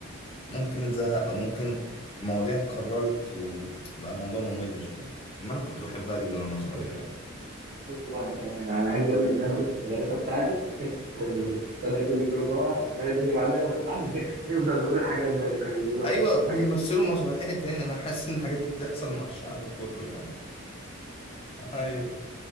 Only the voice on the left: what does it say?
ممكن زهق او ممكن المواضيع اتكررت وبقى الموضوع ممل شويه ما انا كنت بحبها جدا وانا صغير يعني
مم.
ايوه
بيمثلوا مسرحيه تاني انا حاسس ان الحاجات دي بتحصل مع الشعب كله يعني ايوه